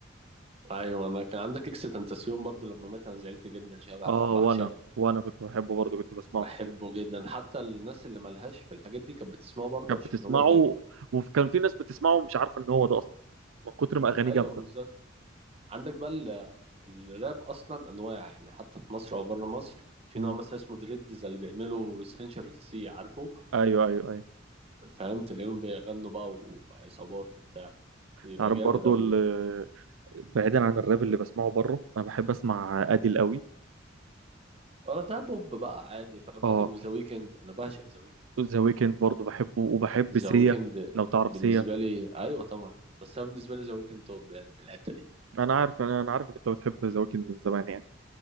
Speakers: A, on the right; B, on the right.
A: ايوه انا كان عندك اكس تنتاسيون برضو لما مات انا زعلت جدا شبع
B: اه
A: بعشقه
B: وانا وانا كنت بحبه برضه كنت بسمعه
A: بحبه
B: كتير
A: جدا حتى الناس اللي ملهاش في الحاجات دي كانت بتسمعه برضو
B: كانت
A: عشان
B: بتسمعه
A: هو جامد
B: وكان في ناس بتسمعه ومش عارفه ان هو ده اصلا من كتر ما اغانيه
A: ايوه
B: جامده
A: بالظبط عندك بقى ال- الراب اصلا انواع يعني حتى في مصر او بره مصر في
B: مم.
A: نوع مثلا اسمه دريدز اللي بيعملوا سنشال سي عارفه
B: ايوه ايوه ايوه
A: فاهم تلاقيهم بيغنوا بقى وعصابات وبتاع بيبقى
B: تعرف
A: جامد
B: برضه
A: أوي
B: ال-
A: بقى
B: <laughs> بعيدا عن الراب اللي بسمعه بره انا بحب اسمع اديل قوي
A: اه ده بوب بقى عادي فاهم
B: اه
A: ادل وذا ويكند انا بعشق ذا ويكند
B: ذا ويكند برضه بحبه وبحب
A: ذا
B: سيا
A: ويكند
B: لو تعرف
A: بالنسبة
B: سيا
A: لي أيوة طبعا بس أنا بالنسبة لي ذا ويكند توب يعني في الحتة دي
B: انا عارف انا أنا عارف إن انت بتحب ذا ويكند من زمان يعني